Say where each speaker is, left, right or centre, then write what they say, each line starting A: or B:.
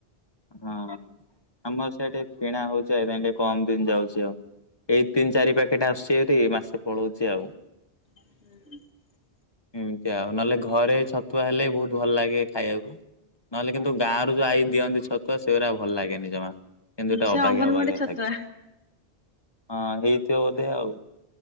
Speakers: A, on the left; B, on the left.
A: ହଁ ଆମର ସେଠେ କିଣା ହଉଛି ଏ ଟିକେ କମ ଦିନ ଯାଉଛି ଆଉ। ଏଇ ତିନି ଚାରି ପ୍ୟାକେଟ ଆସୁଛି ଏଠି ମାସେ ପଳଉଛି ଆଉ।
B: <inaudible>
A: ଏମତି ଆଉ ନହେଲେ ଘରେ ଛତୁଆ ହେଲେ ବହୁତ ଭଲ ଲାଗେ ଖାଇବାକୁ ନହେଲେ କିନ୍ତୁ ଗାଁ ର ଯୋଉ ଆଈ ଦିଅନ୍ତି ଛତୁଆ ସେଗୁା ଭଲ ଲାଗେନି ଜମା। କିନ୍ତୁ ଏଟା
B: ସେ
A: ଅବାଗିଆ
B: ଅଙ୍ଗନବାଡି
A: ଅବାଗିଆ
B: ଛତୁଆ
A: ଲାଗେ ହଁ ହେଇଥିବ ବୋଧେ ଆଉ।